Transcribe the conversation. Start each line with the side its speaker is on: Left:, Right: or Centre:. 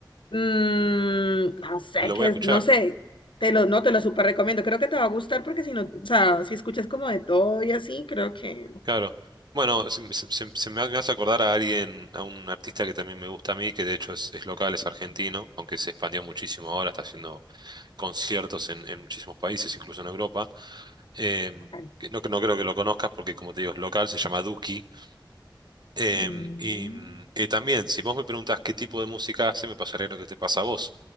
Left: mm, no sé,
Right: lo
Left: que
Right: voy a
Left: es,
Right: escuchar,
Left: no sé, te lo, no, te lo súper recomiendo, creo que te va a gustar porque si no, o sea, si escuchas como de todo y así, creo que...
Right: claro. Bueno, se, se- se- se me, ha- me hace acordar a alguien, a un artista que también me gusta a mí, que de hecho es, es local, es argentino, aunque se expandió muchísimo ahora, está haciendo conciertos en, en muchísimos países, incluso en Europa. Eh,
Left: ay,
Right: que no, no creo que lo conozcas porque, como te digo, es local, se llama Duki. Em,
Left: Mm.
Right: y, mm, y también, si vos me preguntás qué tipo de música hace, me pasaría lo que te pasa a vos,